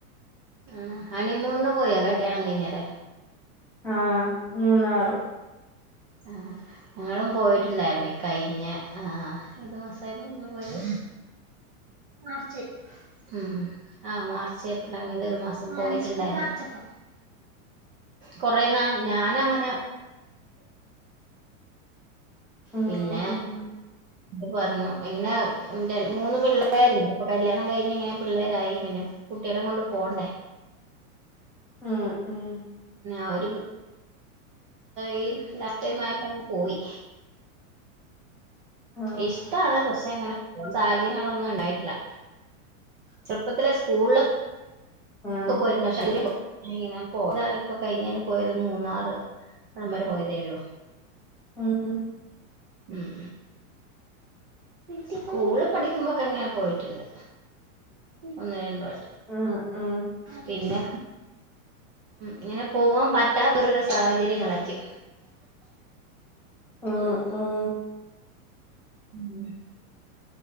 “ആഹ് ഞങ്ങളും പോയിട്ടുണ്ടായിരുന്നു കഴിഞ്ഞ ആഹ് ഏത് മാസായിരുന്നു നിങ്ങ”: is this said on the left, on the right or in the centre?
Right